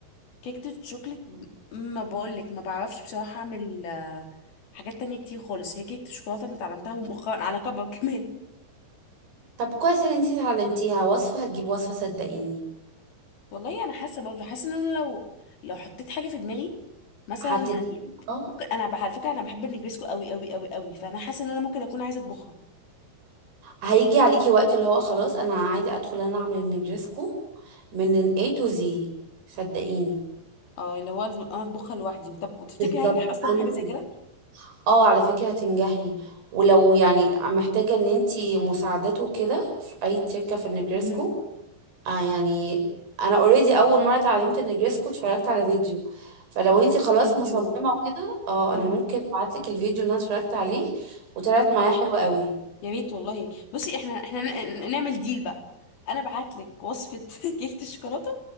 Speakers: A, on the left (about 60°); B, on the right (about 70°).
A: كيكة الشوكليت ب- ما بقولك ما بعرفش بصراحة أعمل آه، حاجات تانية كتير خالص هي كيكة الشوكولاتة اللي اتعلمتها ومؤخرا على كبر كمان
B: طب كويس ان انتي اتعلمتيها وصفه هتجيب وصفه صدقيني
A: <laughs> والله أنا حاسة برضه حاسة إن أنا لو لو حطيت حاجة في دماغي مثلا
B: هتجيبي
A: يعني
B: اه
A: ممكن أنا بح- على فكرة أنا بحب النجريسكو أوي أوي أوي أوي فأنا حاسة إن أنا ممكن أكون عايزة أطبخها
B: هيجي عليكي وقت اللي هو خلاص انا عايزه ادخل انا اعمل النجرسكو من ال A to Z صدقيني
A: أه اللي هو أنا أطبخها لوحدي طب وتفتكري
B: بالظبط
A: هنجح أصلا في
B: انا
A: حاجة زي
B: كده.
A: كده؟
B: اه على فكره هتنجحي ولو يعني محتاجه ان انتي مساعدته كده في اي تكه في النجرسكو
A: مهم.
B: آه يعني انا اوريدي اول مره اتعلمت النجرسكو اتفرجت على فيديو فلو انتي خلاص
A: فيديو
B: مصممه وكده اه
A: مهم.
B: انا ممكن ابعتلك الفيديو اللي انا اتفرجت عليه وطلعت
A: مهم.
B: معايا حلوه قوي
A: يا ريت والله بصي احنا احنا ن- ن- نعمل ديل بقى انا ابعت لك وصفه <laughs> كيكه الشوكولاته